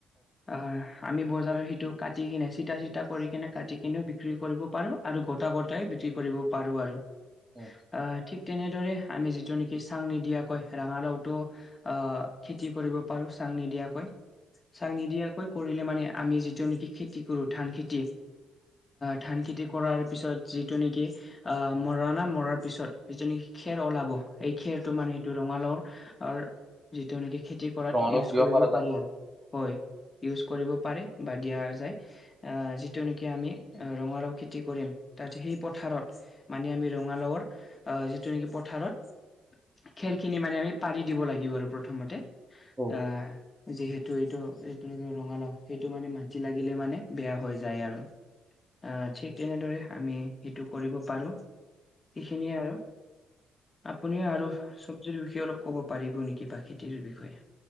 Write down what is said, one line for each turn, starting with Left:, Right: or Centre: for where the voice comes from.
Left: আহ আমি বজাৰৰ সিটো কাটিিকনে চিটা চিটা কৰি কিনে কাটিিকনেও বিক্ৰী কৰিব পাৰোঁ আৰু গোটা গোটায় বিক্ৰী কৰিব পাৰোঁ পাৰোঁ আৰু
Right: অ
Left: আহ ঠিক তেনেদৰে আমি যিটো নেকি চাং নিদিয়াকৈ ৰাঙালাওটো আহ খেতি কৰিব পাৰো চাং নিদিয়াকৈ চং নিদিয়াকৈ কৰিলে মানে আমি যিটো নেকি খেতি কৰো ধান খেতি ধান খেতি কৰাৰ পিছত যিটো নেকি আহ মৰণা মৰাৰ পিছত যিখিনি খেৰ ওলাব এই খেৰটো মানে সেইটো ৰঙালাও আৰু যিটো এেকে খেতি কৰাত
Right: ৰঙালাও
Left: ইউজ
Right: দিব
Left: কৰিব
Right: পৰা যাব
Left: পাৰি আৰু হয় ইউজ কৰিব পাৰে বা দিয়া যায় আহ যিটো নেকি আমি ৰঙালাও খেতি কৰিম তাত সেই পথাৰত মানে আমি ৰঙালাওৰ আহ যিটো নেকি পথাৰত খেৰখিনি মানে আমি পাৰি দিব লাগিব আৰু প্ৰথমতে
Right: অ
Left: আহ যিহেতু এইটোটো ৰঙালাও সেইটো মানে মাটি লাগিলে মানে বেয়া হৈ যায় আৰু আহ ঠিক তেনেদৰে আমি সেইটো কৰিব পাৰো সেই খিনিয়ে আৰু আপুনি আৰু চব্জিৰ বিষয়ে অলপ ক'ব পাৰিব নেকি বা খেতিৰ বিষয়ে